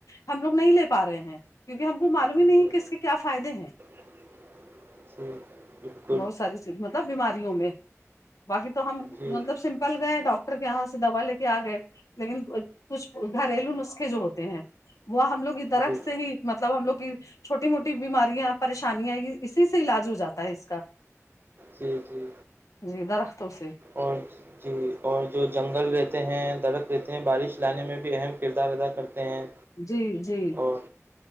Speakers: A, on the left; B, on the right.
A: ہم لوگ نہیں لے پا رہے ہیں کیونکہ ہم کو معلوم
B: جی
A: ہی نہیں کہ اس کے کیا فائدے ہیں
B: <inaudible> <inaudible>
A: بہت سارییز مطلب بیماریوں میں باقی تو ہم
B: جی
A: مطلب سمپل گئے ڈاکٹر کے یہاں سے دوا لے کے آ گئے لیکن کچھ گھریلو نسخے جو ہوتے ہیں وہ ہم لوگ درخت
B: جی
A: سے ہی مطلب ہم لوگ کی چھوٹی موٹی بیماریاں پریشانیاں اسی سے علاج ہو جاتا ہے اس کا
B: جی جی
A: جی درختوں سے
B: اور جی اور جو جنگل رہتے ہیں درخت رہتے ہیں بارش لانے میں بھی اہم کردار ادا کرتے ہیں
A: جی جی
B: اور